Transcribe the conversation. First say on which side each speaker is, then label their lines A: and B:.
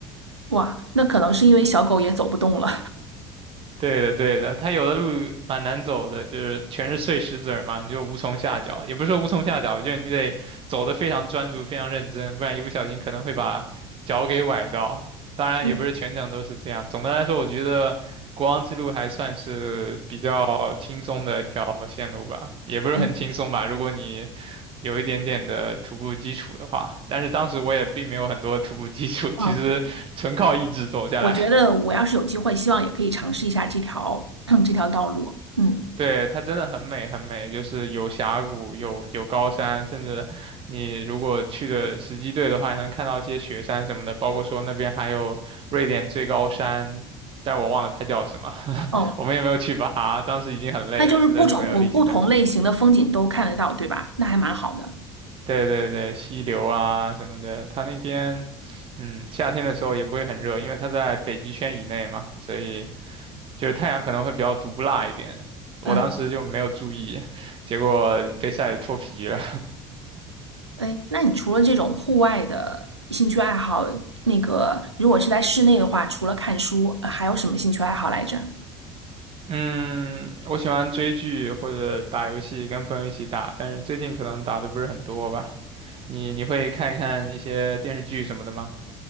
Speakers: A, on the right; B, on the right.
A: 哇，那可能是因为小狗也走不动了。
B: 对的，对的，它有的路蛮难走的，就是全是碎石子儿嘛，你就无从下脚，也不是说无从下脚，我觉得你得走得非常专注、非常认真，不然一不小心可能会把脚给崴到。
A: <laughs>
B: 当然，
A: 嗯
B: 也不是全程都是这样。总的来说，我觉得国王之路还算是比较轻松的一条线路吧，也不是很轻松吧，
A: 嗯
B: 如果你有一点点的徒步基础的话。但是当时我也并没有很多徒步基础，其实纯靠意志走下来
A: 嗯，我觉得我要是有机会，希望也可以尝试一下这条 <clears throat> 这条道路。嗯
B: 对，它真的很美很美，就是有峡谷，有有高山，甚至你如果去的时机对的话，还能看到一些雪山什么的，包括说那边还有瑞典最高山，但我忘了它叫什么，<laughs>
A: 哦，
B: 我们也没有去爬，当时已经很累了，
A: 那就是不种我不同类型的风景都看得到，
B: 实在是没有力气再爬。
A: 对吧？那还蛮好的。
B: 对对对，溪流啊什么的，它那边，嗯，夏天的时候也不会很热，因为它在北极圈以内嘛，所以。就是太阳可能会比较毒辣一点。我当时就没有注意，
A: 嗯。
B: 结果被晒得脱皮了。
A: 哎，那你除了这种户外的兴趣爱好，那个如果是在室内的话，除了看书，呃还有什么兴趣爱好来着？
B: <laughs> 嗯，我喜欢追剧或者打游戏，跟朋友一起打，但是最近可能打的不是很多吧。你你会看一看一些电视剧什么的吗？